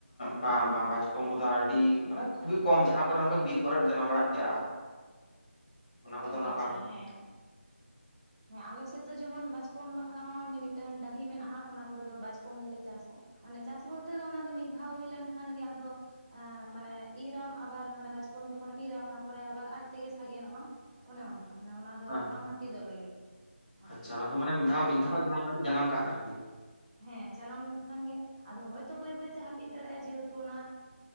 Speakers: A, on the left; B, on the right.
A: ᱵᱟᱝ ᱵᱟᱝ ᱵᱟᱪᱠᱚᱢ ᱠᱚᱫᱚ ᱟᱹᱰᱤ ᱢᱟᱱᱮ ᱠᱷᱩᱵᱤ ᱠᱚᱢ ᱡᱟᱦᱟᱸ ᱠᱚᱨᱮ ᱚᱱᱠᱟ ᱵᱤᱨ ᱠᱚᱨᱮ ᱡᱟᱱᱟᱢ ᱵᱟᱲᱟᱜ ᱜᱮᱭᱟ᱾ ᱚᱱᱟ ᱠᱚᱫᱚ
B: ᱚ
A: ᱱᱟᱜ
B: ᱟᱪᱪᱷᱟ
A: ᱵᱟᱝ ᱦᱩᱭᱩᱜᱼᱟ᱾
B: ᱦᱮᱸ ᱦᱮᱸ ᱟᱞᱮ ᱥᱮᱫ ᱫᱚ ᱡᱮᱢᱚᱱ ᱵᱟᱪᱠᱚᱢ ᱵᱟᱠᱷᱨᱟ ᱦᱚᱸ ᱢᱤ ᱢᱤᱫᱴᱮᱱ ᱰᱟᱹᱦᱤ ᱢᱮᱱᱟᱜᱼᱟ, ᱚᱱᱟ ᱠᱚᱨᱮ ᱫᱚ ᱵᱟᱪᱠᱚᱢ ᱜᱮᱞᱮ ᱪᱟᱥᱟ᱾ ᱟᱱᱮ ᱪᱟᱥ ᱵᱚᱞᱛᱮ ᱫᱚ ᱚᱱᱟ ᱫᱚ ᱢᱤᱫ ᱫᱷᱟᱣ ᱦᱩᱭ ᱞᱮᱱᱠᱷᱟᱱ ᱜᱮ ᱟᱫᱚᱼᱼ ᱢᱟᱱᱮ ᱤᱨᱟᱢ ᱟᱵᱟᱨ ᱢᱟᱱᱮ ᱵᱟᱪᱠᱚᱢ ᱡᱚᱠᱷᱚᱱᱮᱢ ᱤᱨᱟ ᱚᱱᱟ ᱯᱚᱨᱮ ᱟᱵᱟᱨ ᱟᱡ ᱛᱮᱜᱮ ᱥᱟᱜᱮᱱᱚᱜᱼᱟ᱾ ᱚᱱᱮ ᱚᱱᱠᱟ ᱢᱟᱱᱮ ᱚᱱᱟ ᱫᱚ
A: ᱦᱮᱸ
B: ᱵᱟᱝ ᱦᱟᱹᱯᱤᱫᱚᱜ ᱞᱟᱹᱜᱤᱫ᱾ ᱟᱨᱠᱤ
A: ᱟᱪᱪᱷᱟ ᱚᱱᱟ ᱫᱚ ᱢᱟᱱᱮ ᱢᱤᱫ ᱫᱷᱟᱣ
B: ᱟᱫᱚ
A: ᱢᱤᱫ ᱫᱷᱟᱣ
B: ᱚᱱᱮ
A: ᱡᱟᱦᱟᱸ ᱞᱮᱠᱟᱛᱮ ᱡᱟᱱᱟᱢ ᱠᱟᱜ ᱟᱨᱠᱤ᱾
B: ᱦᱮᱸ ᱡᱟᱱᱟᱢ ᱞᱮᱱᱠᱷᱟᱱ ᱜᱮ ᱟᱫᱚ ᱦᱚᱭᱛᱚ ᱵᱟᱹᱭ ᱵᱟᱹᱭ ᱛᱮ ᱦᱟᱹᱯᱤᱫ ᱫᱟᱲᱮᱭᱟᱜᱼᱟ, ᱡᱮᱦᱮᱛᱩ ᱚᱱᱟ